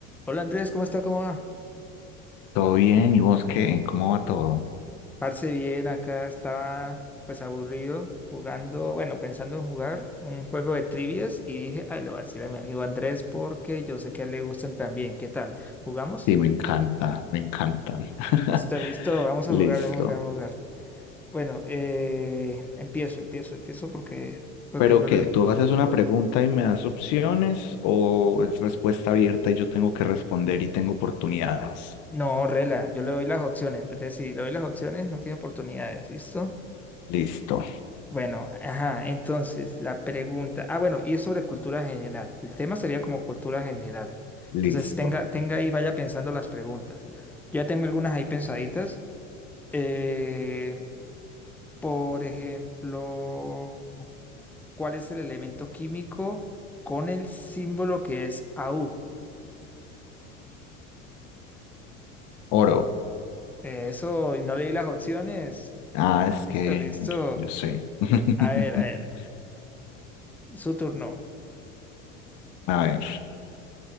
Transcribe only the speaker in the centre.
Hola Andrés, ¿cómo está? ¿Cómo va?
Parce bien, acá estaba pues aburrido jugando, bueno, pensando en jugar un juego de trivias y dije, ay, lo voy a decir a mi amigo Andrés porque yo sé que a él le gustan también. ¿Qué tal? ¿Jugamos?
Listo, listo, vamos
a jugar, vamos a jugar, vamos a jugar. Bueno, eh, empiezo, empiezo, empiezo porque, porque
yo
le...
No, rela, yo le doy las opciones. Entonces, si le doy las opciones, no tiene oportunidades, ¿listo?
Bueno, ajá, entonces la pregunta, ah, bueno, y es sobre cultura general. El tema sería como cultura general.
Entonces tenga, tenga ahí, vaya pensando las preguntas. Yo ya tengo algunas ahí pensaditas. Eh, por ejemplo, ¿cuál es el elemento químico con el símbolo que es AU?
Eh, eso, y no leí las opciones.
Listo,
listo.
A ver, a ver, su turno.